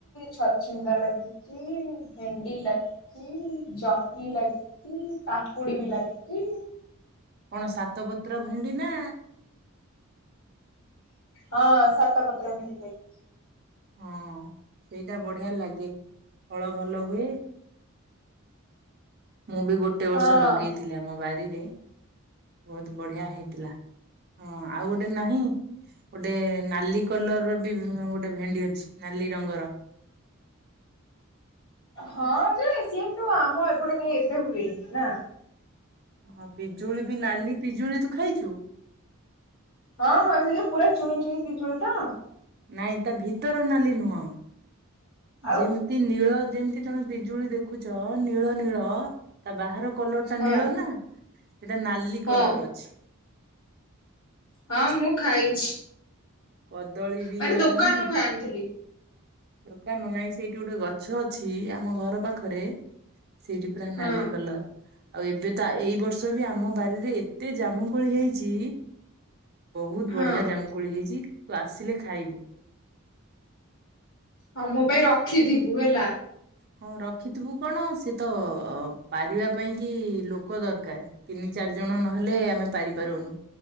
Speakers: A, on the left; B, on the right.
A: ଛଚିନ୍ଦା ଲାଗି ଚି ଭେଣ୍ଡି ଲାଗିଛି, ଜହ୍ନି ଲାଗିଛି, କାକ୍ କୁଡ଼ି
B: ହୁଁ
A: ବି ଲାଗିଛିି।
B: କଣ ସାତ ପତ୍ର ଭେଣ୍ଡି ନା
A: ହଁ ସାତ ପତ୍ର ଭେଣ୍ଡି ଲାଗିଛି।
B: ହଁ ସେଇଟା ବଢିଆ ଲାଗେ ଫଳ ଭଲ ହୁଏ। ମୁଁ ବି ଗୋଟେ ବର୍ଷ
A: ହଁ।
B: ଲଗେଇଥିଲି ଆ ମ ବାରିରେ ବହୁତ ବଢିଆ ହେଇଥିଲା। ହଁ ଆଉ ଗୋଟେ ନାହିଁ ଗୋଟେ ନାଲି କଲର ର ବି ଗୋଟେ ଭେଣ୍ଡି ଅଛି। ନାଲି ରଙ୍ଗର।
A: ହଁ ଯେ ସିଏ ତୁ ଆମ ଏପଟେ କାଇ ଏତେ ହୁଏନି ନା।
B: ହଁ ପିଜୁଳି ବି ନାଲି ପିଜୁଳି ତୁ ଖାଇଛୁ?
A: ହଁ ହଁ ସେ ଯୋଉ ପୁରା ଚୁଇଁ ଚୁଇଁ ପିଜୁଳି ତ!
B: ନାଇଁ ତା ଭିତର ନାଲି ନୁହଁ।
A: ଆଉ
B: ଯେମିତି ନୀଳ ଯେମିତି ତମେ ବିଜୁଳି ଦେଖୁଛ ନୀଳ ନୀଳ ତା ବାହାର କଲର ସେଟା
A: ହଁ
B: ନୀଳ ନା ସେଟା ନାଲି
A: ହଁ
B: କଲର ଅଛି।
A: ହଁ ମୁଁ ଖାଇଛି।
B: କଦଳୀ ବି
A: ମାନେ
B: ନାଲି
A: ଦୋକାନରୁ
B: ନାଇଁ
A: ଖାଇ
B: କି?
A: ଆଣିଥିଲି
B: ଦୋକାନ ନାଇଁ ସେଇଠି ଗୋଟେ ଗଛ ଅଛି, ଆମ ଘର ପାଖରେ ସେଇଠି ପୁରା
A: ହଁ
B: ନାଲି କଲର। ଆଉ ଏବେ ତ ଏଇ ବର୍ଷ ବି ଆମ ବାରିରେ ଏତେ ଜାମୁକୋଳି ହେଇଛି ବହୁତ
A: ହଁ
B: ବଢିଆ ଜାମୁକୋଳି ହେଇଛି ତୁ ଆସିଲେ ଖାଇବୁ।
A: ହଁ ମୋ ପାଇଁ ରଖିଥିବୁ ହେଲା।
B: ହଁ ରଖିଥିବୁ କଣ, ସେ ତ ପାରିବା ପାଇଁ କି ଲୋକ ଦରକାର। ତିନି ଚାରି ଜଣ ନହେଲେ ଆମେ ପାରିପାରୁନୁ।